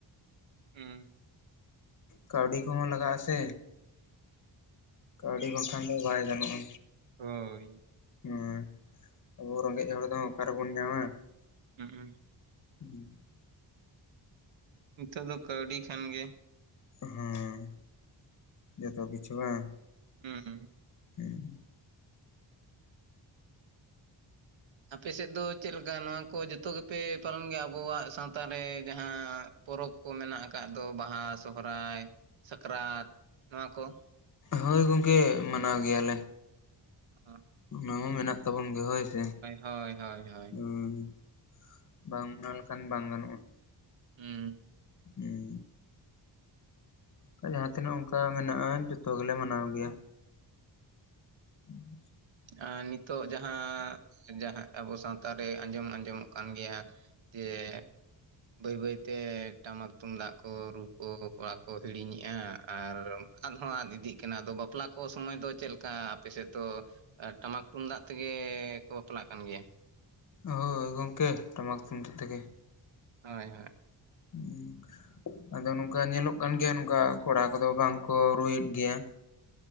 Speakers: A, on the right; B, on the left.
A: ᱦᱩᱸ᱾
B: ᱠᱟᱹᱣᱰᱤ ᱠᱚᱦᱚᱸ ᱞᱟᱜᱟᱜᱼᱟ ᱥᱮ᱾ ᱠᱟᱹᱣᱰᱤ ᱵᱟᱝᱠᱷᱟᱱ ᱫᱚ ᱵᱟᱭ ᱜᱟᱱᱚᱜᱼᱟ᱾
A: ᱦᱳᱭᱻ᱾
B: ᱦᱮᱸ ᱟᱵᱚ ᱨᱮᱸᱜᱮᱡ ᱦᱚᱲ ᱫᱚ ᱚᱠ ᱨᱮᱵᱚᱱ ᱧᱟᱢᱟ᱾
A: ᱦᱩᱸᱜᱽᱩᱸ᱾
B: ᱦᱩᱸ᱾
A: ᱱᱤᱛᱚᱜ ᱫᱚ ᱠᱟᱹᱣᱰᱤ ᱠᱷᱟᱱ ᱜᱮ᱾
B: ᱦᱮᱸ ᱡᱚᱛᱚ ᱠᱤᱪᱷᱩ ᱵᱟᱝ᱾
A: ᱦᱩᱸ᱾
B: ᱦᱩᱸᱻ᱾
A: ᱟᱯᱮ ᱥᱮᱫ ᱫᱚ ᱪᱮᱫ ᱞᱮᱠᱟ ᱱᱚᱣᱟ ᱠᱚ ᱡᱚᱛᱚ ᱜᱮᱯᱮ ᱯᱟᱞᱚᱱ ᱜᱮᱭᱟ ᱟᱵᱚᱣᱟᱜ ᱥᱟᱶᱛᱟ ᱨᱮ ᱡᱟᱦᱟᱸᱻ᱾? ᱯᱚᱨᱚᱵᱽ ᱠᱚ ᱢᱮᱱᱟᱜ ᱟᱠᱟᱫ ᱫᱚ ᱵᱟᱦᱟ ᱥᱚᱦᱨᱟᱭ ᱥᱟᱠᱨᱟᱛ ᱱᱚᱶᱟ ᱠᱚ᱾
B: ᱦᱳᱭ ᱜᱚᱝᱠᱮ ᱢᱟᱱᱟᱣ ᱜᱮᱭᱟᱞᱮ
A: ᱚ
B: ᱚᱱᱟ ᱢᱟ ᱢᱮᱱᱟᱜ ᱛᱟᱵᱚᱱ ᱜᱮᱭᱟ ᱦᱳᱭ ᱥᱮ ᱦᱮᱸ
A: ᱦᱳᱭ ᱦᱳᱭ ᱦᱳᱭ
B: ᱵᱟᱝ ᱚᱱᱟ ᱞᱮᱠᱷᱟᱱ ᱵᱟᱝ ᱜᱟᱱᱚᱜᱼᱟ
A: ᱦᱩᱸ
B: ᱦᱮᱸ ᱚᱝᱠᱟ ᱡᱟᱦᱟᱸ ᱛᱤᱱᱟᱹᱜ ᱚᱝᱠᱟ ᱢᱮᱱᱟᱜᱼᱟ ᱡᱚᱛᱚ ᱜᱮᱞᱮ ᱢᱟᱱᱟᱣ ᱜᱮᱭᱟ ᱦᱮᱸ
A: ᱟᱨ ᱱᱤᱛᱚᱜ ᱡᱟᱦᱟᱸ ᱡᱟᱦᱟᱸ ᱟᱵᱚ ᱥᱟᱶᱛᱟ ᱨᱮ ᱟᱸᱡᱚᱢ ᱟᱸᱡᱚᱢᱚᱜ ᱠᱟᱱ ᱜᱮᱭᱟ ᱛᱮ ᱵᱟᱹᱭ ᱵᱟᱹᱭ ᱛᱮ ᱴᱟᱢᱟᱠ ᱛᱩᱢᱫᱟᱜ ᱠᱚ ᱨᱩ ᱠᱚ ᱠᱚᱲᱟ ᱠᱚ ᱦᱤᱲᱤᱧᱮᱜᱼᱟ ᱟᱨ ᱟᱫ ᱦᱚᱸ ᱟᱫ ᱤᱫᱤᱜ ᱠᱟᱱᱟ ᱟᱫᱚ ᱵᱟᱯᱞᱟ ᱠᱚ ᱥᱚᱢᱚᱭ ᱫᱚ ᱪᱮᱫ ᱞᱮᱠᱟ ᱟᱯᱮ ᱥᱮᱫ ᱫᱚ ᱴᱟᱢᱟᱠ ᱛᱩᱝᱫᱟᱜ ᱛᱮᱜᱮ ᱠᱚ ᱵᱟᱯᱞᱟᱜ ᱠᱟᱱ ᱜᱮᱭᱟ
B: ᱦᱳᱭ ᱜᱚᱝᱠᱮ ᱴᱟᱢᱟᱠ ᱛᱩᱢᱫᱟᱜ ᱛᱮᱜᱮ
A: ᱦᱳᱭ ᱦᱳᱭ
B: ᱦᱩᱸ ᱟᱫᱚ ᱱᱚᱝᱠᱟ ᱧᱮᱞᱚᱜ ᱠᱟᱱ ᱜᱮᱭᱟ ᱱᱚᱝᱠᱟ ᱠᱚᱲᱟ ᱠᱚᱫᱚ ᱵᱟᱝ ᱠᱚ ᱨᱩᱭᱮᱫ ᱜᱮᱭᱟ